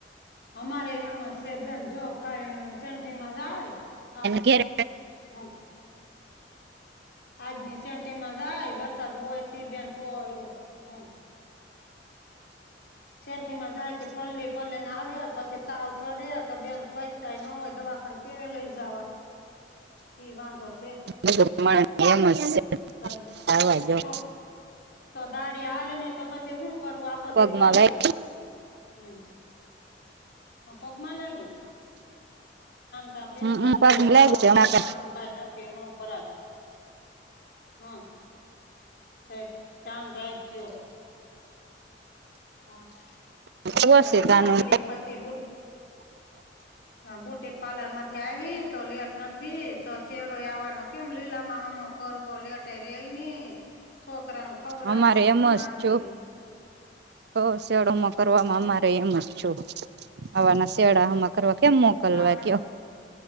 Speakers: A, on the left; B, on the right.
A: અમારે એમ જ સે બેન જો કાઈ સેન્ટીમાં જાય
B: ઘેરે એમ
A: <unintelligible> આજની સેન્ટિમાં જાય વરસાદ હોય તી બેન તોય હોય હમ સેન્ટિમાં જાય પલ્લી પલ્લી ને આવે પછી તાવ ચડે તો બેન પૈસા ન હોય દવાખાને કે વે લઈ જાવા ઇ વાંધો છે
B: સ્
A: કઈ
B: આવા દયો
A: તો તો દાડી આલે નહી તો પછી શું કરું આખો
B: પગમાં
A: દી પલળીએ
B: લાગ
A: હમ હા પગમાં લાગ્યું ચાદ બેન
B: હમ
A: રખાય
B: પગમાં લાગ્યું
A: આવું ચોમાસું
B: છે
A: તો કાઈ નક્કી નો કરાય હા ઢેક ધ્યાન રાખજો હા હમ
B: અમા વર્ષતાનું
A: તો જો ને આગળ પછી બુટ હા બ્યુટી પાર્લર માંથી આવી તો લેટ નથી તો શેડો આવવાનો કેમ લીલામાં હામુ કરવો લેટ રેયની છોકરાને ખવરાવવુંય
B: અમારે એમ
A: હું રાંધી
B: જ જો
A: ને
B: તો શેડોમાં કરવામાં
A: તો
B: અમારેય એમ જ આપવાના શેડા હમાં કરવા કેમ મોકલવા
A: આપડે
B: કયો
A: તો